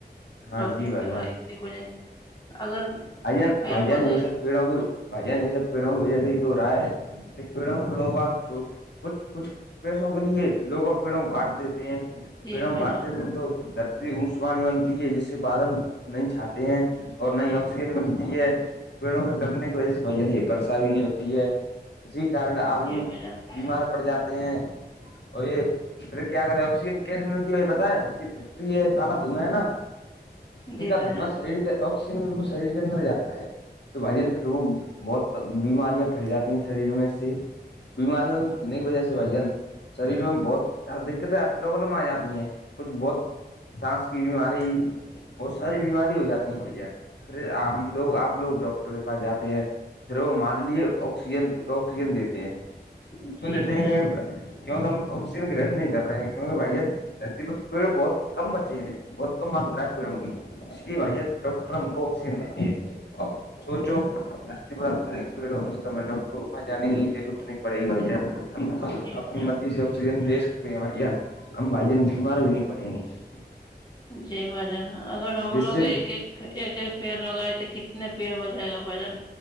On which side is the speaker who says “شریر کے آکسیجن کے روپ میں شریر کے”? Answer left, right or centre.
Left